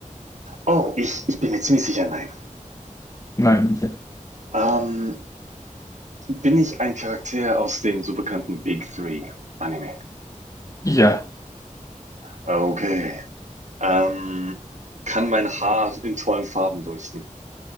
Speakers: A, on the right; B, on the left.
A: Oh, ich, ich bin mir ziemlich sicher, nein.
B: Nein. Okay.
A: Ähm, bin ich ein Charakter aus den so bekannten Big Three Anime?
B: Ja,
A: Okay. Ähm, kann mein Haar in tollen Farben leuchten?